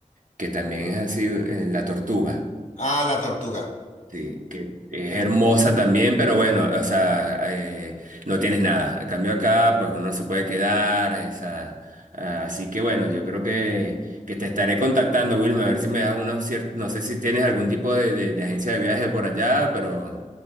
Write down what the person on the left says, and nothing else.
Ah, la tortuga.
No.